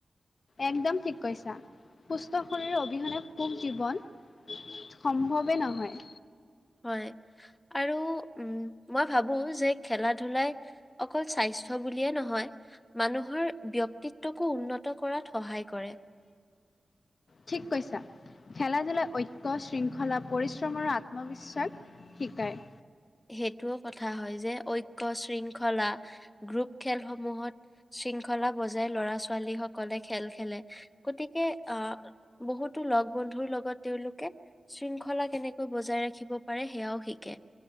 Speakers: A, on the left; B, on the left.
A: একদম ঠিক কৈছা। সুস্থ শৰীৰৰ অবিহনে সুখ জীৱন সম্ভৱেই নহয়।
B: হয় আৰু উম, মই ভাবোঁ যে খেলা ধূলাই অকল স্বাস্থ্য বুলিয়ে নহয় মানুহৰ ব্যক্তিত্বকো উন্নত কৰাত সহায় কৰে।
A: ঠিক কৈছা। খেলা ধূলাই ঐক্য শৃংখলা পৰিশ্ৰম আৰু আত্মবিশ্বাস শিকাই।
B: সেইটোও কথা হয় যে ঐকয় শৃংখলা গ্ৰুপ খেলসমূহত শৃংখলা বজাই ল'ৰা ছোৱালী সকলে খেল খেলে। গতিকে আহ' বহুতো লগ বন্ধুৰ লগত তেওঁলোকে শৃংখলা কেনেকৈ বজাই ৰাখিব পাৰে সেয়াও শিকে।